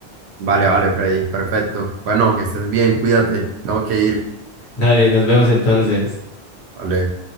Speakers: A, on the right (about 85°); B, on the left (about 80°).
A: Vale, vale, Freddy, perfecto. Bueno, que estés bien, cuídate, tengo que ir.
B: Dale, nos vemos entonces.
A: Vale.